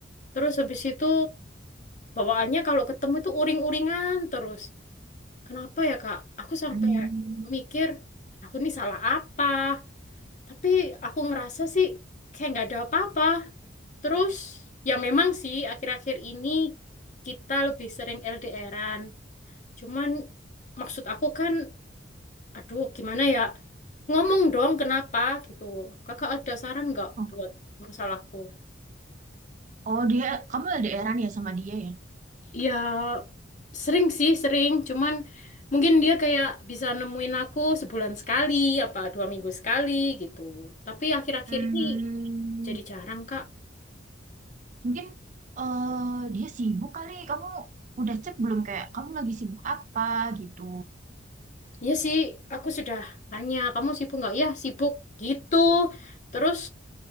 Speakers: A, on the left (about 40°); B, on the right (about 40°).
A: Terus habis itu bawaannya kalau ketemu itu uring-uringan terus. Kenapa ya Kak? Aku sampai
B: Hmm.
A: mikir aku nih salah apa Tapi aku ngerasa sih kayak nggak ada apa-apa. Terus ya memang sih akhir-akhir ini kita lebih sering LDRan. Cuman maksud aku kan, aduh gimana ya? Ngomong dong kenapa gitu. Kakak ada saran nggak
B: Oh.
A: buat masalahku?
B: Oh, dia, kamu ada eran ya sama dia ya?
A: Ya sering sih sering. Cuman mungkin dia kayak bisa nemuin aku sebulan sekali, apa dua minggu sekali gitu. Tapi akhir-akhir
B: Hmm,
A: ini jadi jarang, Kak.
B: mungkin eh dia sibuk kali. Kamu udah cek belum kayak kamu lagi sibuk apa gitu?
A: Iya sih, aku sudah tanya, kamu sibuk nggak? Ya, sibuk gitu. Terus,